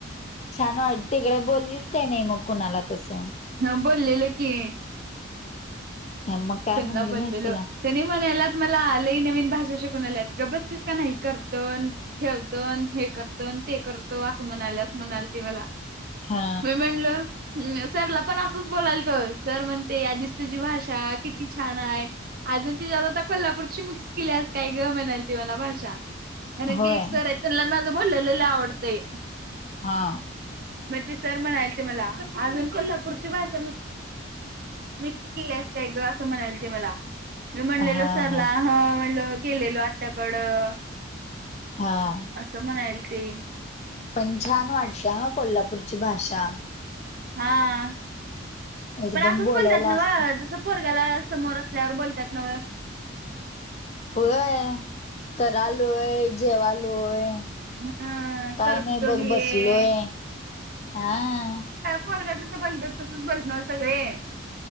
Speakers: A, on the left (about 35°); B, on the right (about 50°).
A: छान वाट तिकडे बोललीस. त्यांनी मग कुणाला तसं.
B: ह, बोललेलं की
A: मग काय
B: त्यांना
A: म्हणली
B: बोललेलो.
A: नाही तुला
B: त्यानी म्हणायलात मला, लई नवीन भाषा शिकून आल्यास, गप बसतीस का नाही, करतो- ठेवतो अन हे करतो अन् ते करतो, असं म्हणालती मला.
A: हा
B: मी म्हणलं ह् सरला पण असंच बोलालतो, सर म्हणते आधीच तुझी भाषा किती छान हाय अजून ती ज आ आता कोल्हापूरची मिक्स केल्यास काय गं, म्हणालती मला भाषा‌ कारण
A: होय
B: की, एक सर आहेत त्यांना माझं बोललेलंलं आवडतंय.
A: हा.
B: मग ते सर म्हणायलते मला, अजून कोल्हापूरची भाषा मिक्स केल्यास काय ग असं म्हणालते मला, मी म्हणलेलो
A: हा
B: सरला
A: हा
B: ह म्हणलं गेलेलो आत्याकडं.
A: हा.
B: असं म्हणायलते.
A: पण छान वाटते हं कोल्हापूरची भाषा.
B: हा,
A: एकदम
B: पण असंच
A: बोलायला
B: बोलत्यात नव्हं.
A: अस
B: असं पोरग्याला समोर असल्यावर बोलतात नवं.
A: होय, करालोय जेवालोय
B: हा
A: काय
B: करतो
A: नाही बग
B: घे
A: बसलोय,, हां.
B: पोरग जसं बोलत तसच बोलणार सगळे